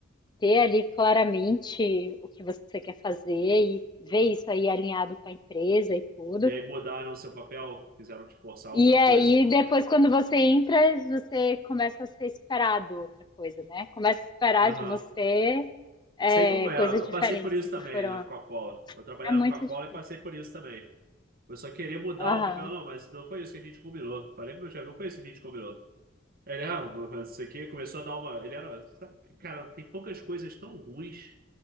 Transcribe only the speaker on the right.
E aí mudaram o seu papel, quiseram te forçar a
outra
coisa.
né?
Aham.
Sei como é.
Eu
passei por isso
também
na Coca-Cola. Eu trabalhei
na
Coca-Cola
e passei por isso também. Eu só queria mudar
o papel, não, mas não foi isso que a gente combinou. Falei pro meu chefe, não foi isso que a gente combinou. Ele, ah, isso aqui começou a dar uma. Ele era. sabe, Cara, tem poucas coisas tão ruins